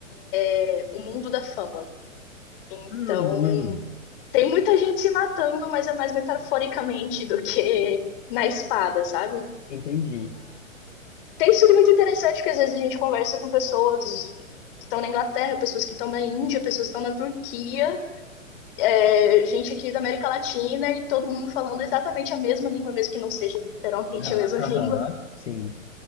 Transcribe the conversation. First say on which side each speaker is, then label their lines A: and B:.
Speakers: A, on the left; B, on the left.
A: é, o mundo da fama. Então,
B: hum, hum.
A: tem muita gente se matando, mas é mais metaforicamente do que na espada, sabe?
B: Entendi.
A: Tem sido muito interessante, porque às vezes a gente conversa com pessoas que estão na Inglaterra, pessoas que estão na Índia, pessoas que estão na Turquia, é, gente aqui da América Latina e todo mundo falando exatamente a mesma língua, mesmo que não seja literalmente
B: Ah,
A: a mesma
B: Aham,
A: <laughs> língua.
B: sim.